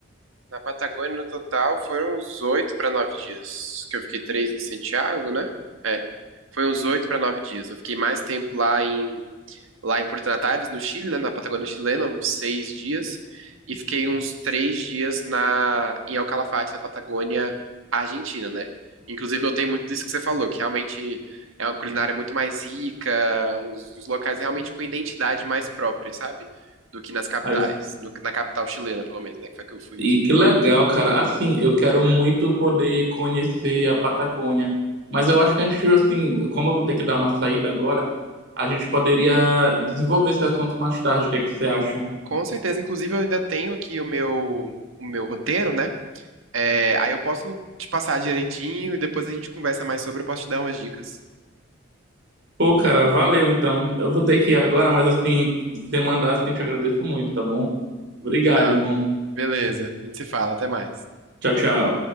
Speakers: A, on the right; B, on the right.
A: Na Patagônia, no total, foram uns 8 para 9 dias. Que eu fiquei 3 em Santiago, né? É. Foi uns 8 para 9 dias. Eu fiquei mais tempo lá em lá em Porto Natales, no Chile, né, na Patagônia chilena, uns seis dias, e fiquei uns três dias na em El Calafate, na Patagônia Argentina, né? Inclusive, notei muito disso que você falou, que realmente é uma culinária muito mais rica, uns, uns locais realmente com identidade mais própria, sabe? Do que nas capitais,
B: Aí-
A: no- na capital chilena, pelo menos, né, que foi que eu fui.
B: E que legal, cara. Assim, eu quero muito poder conhecer a Patagônia. Mas eu acho que a gente, assim, como eu vou ter que dar uma saída agora, a gente poderia desenvolver esse assunto mais tarde. O que é que você acha?
A: Com certeza, inclusive, eu ainda tenho aqui o meu o meu roteiro, né? É, aí eu posso te passar direitinho e depois a gente conversa mais sobre, eu posso te dar umas dicas.
B: Pô, cara, valeu então. Eu vou ter que ir agora, mas assim, se você mandar, assim, te agradeço muito, tá bom? Obrigado,
A: Não,
B: irmão.
A: Beleza, a gente se fala, até mais.
B: Tchau, tchau.